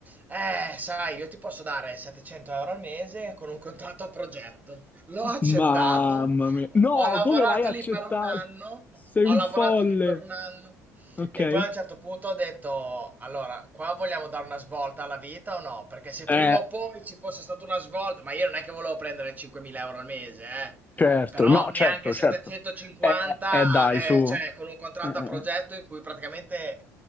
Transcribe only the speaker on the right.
Eh, sai, io ti posso dare 700 euro al mese con un contratto a progetto. L'ho accettato,
ho lavorato
lì per un anno.
Ho
lavorato
lì per un anno.
E poi a un certo punto ho detto: Allora, qua vogliamo dare una svolta alla vita o no? Perché se prima
o poi ci fosse stata una svolta, ma io non è che volevo prendere 5.000 euro al mese, eh.
Però
neanche
750,
eh,
cioè con un contratto
a progetto
in cui praticamente